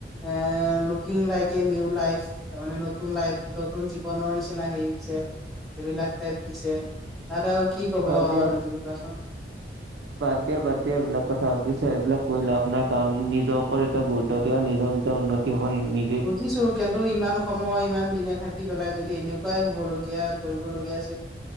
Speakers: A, in the centre; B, on the right.
A: এই looking like a new life. তাৰ মানে নতুন লাইফ, নতুন জীৱনৰ নিচিনা হেই হৈছে সেইবিলাক এ পিছে তাত আৰু কি কব
B: বাদ
A: আৰু
B: দিয়া
A: তুমি কোৱাচোন?
B: বাদ দিয়া, বাদ দিয়া। এইবিলাক কথা বুজিচা? এইবিলাক কৰি লাভ নাই, কাৰণ নিজৰ ওপৰত এটা গুৰু ত দিয়া নিজৰ যেতিয়া উন্নতি হব নি নি
A: বুজিছো কেন্তু ইমান সময়, ইমান দিনে থাকি পেলাই যদি এনেকুৱাই হব লগীয়া কৰিব‌ লগীয়া আছিল